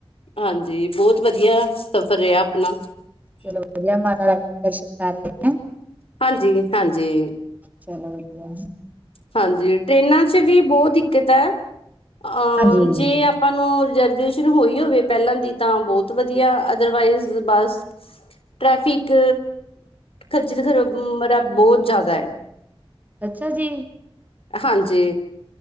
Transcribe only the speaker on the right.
ਚਲੋ ਵਧੀਆ ਮਾਤਾ ਰਾਣੀ ਦੇ ਦਰਸ਼ਨ ਕਰ ਲਿੱਤੇ।
ਚਲੋ ਵਧੀਆ।
ਹਾਂਜੀ
ਅੱਛਾ ਜੀ।